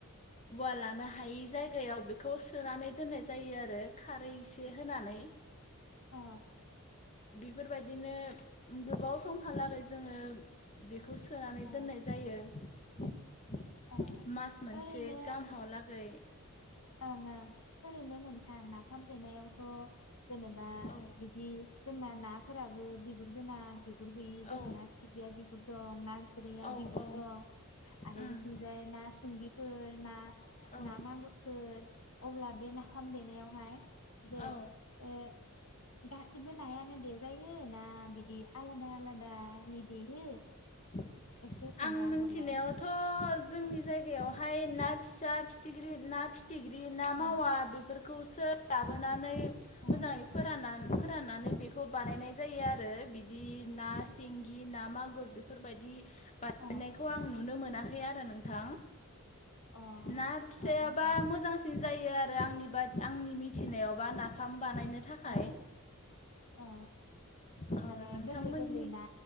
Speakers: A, on the left (about 30°); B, on the left (about 90°).
A: औवा लानो हायि जाय। दैयाव बिखौ सु। सोनानै दोननाय जायो आरो खार। दै इसे होनानै।
B: औ
A: बेफोरबायदि। बिदिनो गोबाव सम। समहालागै जोङो बेखौ। सोनानै
B: औ
A: दोननाय जायो। <inaudible>
B: औ।
A: मास मोनसे
B: ओरैनो
A: गाम हालागै <inaudible>
B: ओं ओं ओरैनो नोंथां नाफाम देनायावथ' जेनेबा
A: औ
B: बिदि जोंना नाफोराबो बिगुर गोनां बि गुर गैयि जेरै
A: औ
B: ना फिथि गैया बि बो दं ना फैया
A: औ
B: बिगुर
A: औ
B: दं आरो
A: उम
B: बिथिंजाय ना सिंगिफोर ना
A: औ
B: ना मागुर अब्ला बे नाफाम देनायावहाय जे
A: औ
B: ए गासिबो नायानो देजायो ना बिदि आलादा आलादानि देयो
A: आं
B: एसे खोन्था
A: मिथिनायावथ'
B: हरलाय
A: जोंनि जायगायावहाय ना फिसा फिथिख्रि ना फि फिथिग्रि ना मावा
B: ओ
A: बेफोरखौ खौसो लाबोनानै
B: ओ
A: मोजाङै फोराननानै फोराननानै बेखौ बानायनाय जायो आरो बिदि ना सिंगि ना मागु बेफोरबायदि बानायनायखौ
B: ओ
A: आंनो नुनो मोनाखै आरो नोंथां।
B: अ
A: ना फिसायाबा
B: अ अ अ
A: मोजांसिन जायो आरो आंनि बा आंनि मिथिनायावबा नाफाम बानायनो थाखाय
B: औ औ
A: औ
B: माने
A: नोंथांमोननि
B: गोरलै गोरलै ना